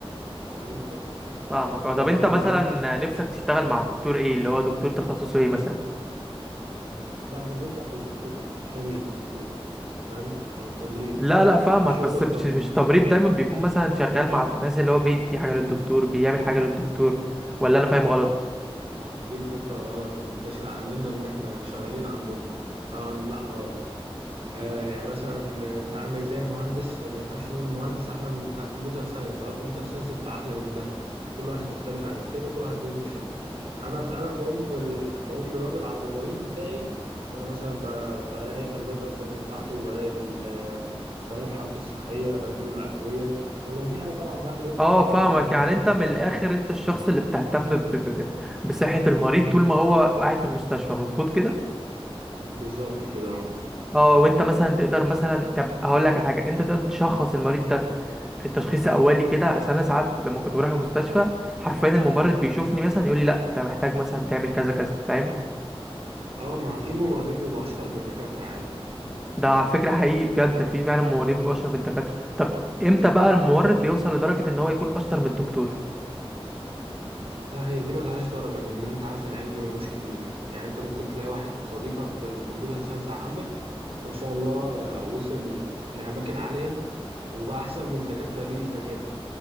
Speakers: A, on the right; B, in the centre.
A: فاهم انت
B: فاهمك اه طب
A: فبيبقى
B: انت مثلا
A: عند-
B: نفسك تشتغل مع دكتور ايه اللي هو دكتور تخصصه ايه مثلا
A: لا انا ماليش دعوه بالدكتور اصلا عشان انا مش دكتور فاهم انا تمريض
B: لا لا فاهمك
A: فشغل
B: بس
A: التم...
B: مش مش التمريض دايما بيكون مثلا شغال مع الد- مثلا اللي هو بيدي حاجة للدكتور بيعمل حاجة للدكتور ولا انا فاهم غلط
A: آه، دي الفكرة الغلط المنتشرة عندنا إن إحنا شغالين عندهم طبعا لأ غلط آه يعني مثلا آه، أنت عندك زي المهندس ما ينفعش نقول المهندس أحلى من بتاع الكمبيوتر ساينس ولا الكمبيوتر ساينس بتاع أحلى من ده كل واحد مختلف عن التاني كل واحد بيقوم بشغله أنا ف... أنا بقوم بال... بقوم بالواجب على المريض بتاعي إن أنا مثلا ب... براقب الفيتال ساينس بتاعته براقب ال... آه، براقب حالته الصحية بديله الأدوية ولو في حاجة طبعا بعمل ريبورت
B: اه
A: للدكتور
B: فاهمك
A: إن هو اللي
B: يعني
A: بيشخص
B: انت من
A: حالته
B: الاخر انت الشخص اللي بتهتم ب... ب... ب- بصحة المريض طول ما هو قاعد في المستشفى مظبوط كده
A: بالظبط كده أه
B: اه وانت مثلا تقدر مثلا طب هقول لك على حاجة انت تقدر تشخص المريض ده التشخيص اولي كده عشان انا ساعات لما كنت بروح المستشفى حرفيا الممرض بيشوفني مثلا يقول لي لا انت محتاج مثلا تعمل كذا كذا فاهم
A: اه ما في ممرضين بيبقوا اشطر من الدكاترة عادي
B: ده على فكره حقيقي بجد في فعلا ممرضين بيبقوا اشطر من الدكاتره طب امتى بقى الممرض بيوصل لدرجه ان هو يكون اشطر من الدكتور
A: لا هي دي ملهاش درجة لأن أنت عارف العلم ملوش كبير يعني أنت ممكن تلاقي واحد صديقك في الكمبيوتر ساينس عندك ما شاء الله وصل في لأماكن عالية وبقى أحسن من دكاترة ليه زمان